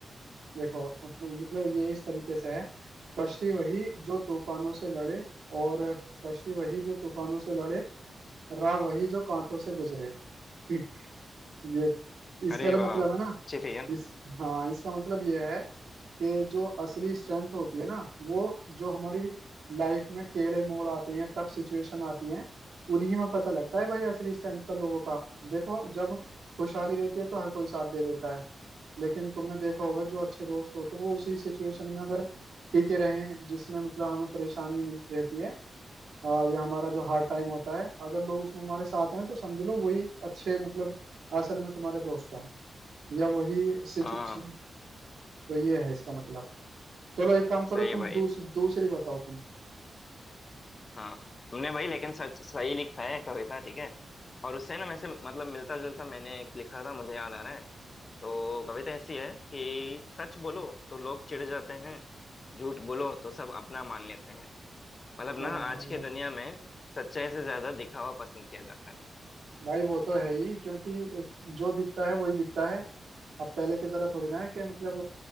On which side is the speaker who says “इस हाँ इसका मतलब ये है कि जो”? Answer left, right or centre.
Right